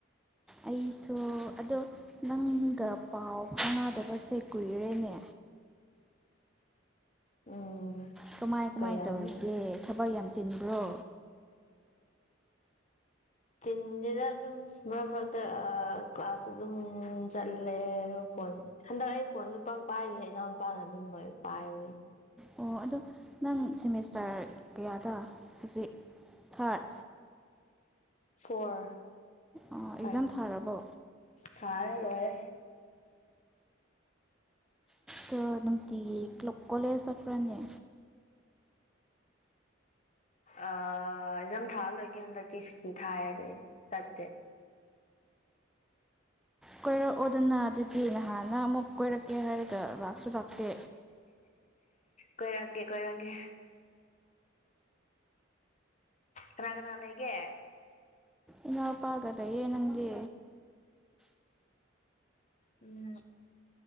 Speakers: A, in the centre; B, on the left.
A: ꯑꯩꯁꯨ ꯑꯗꯣ ꯅꯪꯒ ꯄꯥꯎ ꯐꯥꯎꯅꯗꯕꯁꯦ ꯀꯨꯏꯔꯦꯅꯦ
B: ꯎꯝ
A: ꯀꯃꯥꯏ ꯀꯃꯥꯏ
B: ꯀꯩꯔꯝꯅꯤ
A: ꯇꯧꯔꯤꯒꯦ ꯊꯕꯛ ꯌꯥꯝ ꯆꯤꯟꯕ꯭ꯔꯣ
B: ꯆꯤꯟꯗꯦꯗ ꯑꯗꯨꯝ ꯃꯔꯛ ꯃꯔꯛꯇ ꯀ꯭ꯂꯥꯁ ꯑꯗꯨꯝ ꯆꯠꯂꯦ ꯐꯣꯟ ꯍꯟꯗꯛ ꯑꯩ ꯐꯣꯟꯖꯨ ꯄꯥꯛ ꯄꯥꯏꯗꯦ ꯏꯅꯥꯎ ꯄꯥꯅ ꯑꯗꯨꯝꯕ ꯄꯥꯏꯕꯅꯦ
A: ꯑꯣ ꯑꯗꯣ ꯅꯪ ꯁꯦꯃꯤꯁꯇꯔ ꯀꯌꯥꯗ ꯍꯧꯖꯤꯛ ꯊꯥꯔꯠ
B: ꯐꯣꯔ
A: ꯑꯣ ꯑꯦꯛꯖꯥꯝ
B: ꯍꯣꯏ
A: ꯊꯥꯔꯕꯣ
B: ꯊꯥꯔꯦ ꯂꯣꯏꯔꯦ
A: ꯗꯣ ꯅꯨꯡꯇꯤꯒꯤ ꯀꯣꯂꯦꯖ ꯆꯠꯄ꯭ꯔꯅꯦ
B: ꯑ ꯑꯦꯛꯖꯥꯝ ꯊꯥ ꯂꯣꯏꯒꯦ ꯍꯟꯗꯛꯇꯤ ꯁꯨꯇꯤ ꯊꯥꯏ ꯑꯗꯨꯏ ꯆꯠꯇꯦ
A: ꯀꯣꯏꯔꯛꯑꯣꯗꯅ ꯑꯗꯨꯗꯤ ꯅꯍꯥꯟꯅ ꯑꯃꯨꯛ ꯀꯣꯏꯔꯛꯀꯦ ꯍꯥꯏꯔꯒ ꯂꯥꯛꯁꯨ ꯂꯥꯛꯇꯦ
B: ꯀꯣꯏꯔꯛꯀꯦ ꯀꯣꯢꯔꯛꯀꯦ ꯀꯅꯥ ꯀꯅꯥ ꯂꯩꯒꯦ
A: ꯏꯅꯥꯎ ꯄꯥꯒ ꯂꯩꯌꯦ ꯅꯪꯗꯤ
B: ꯎꯝ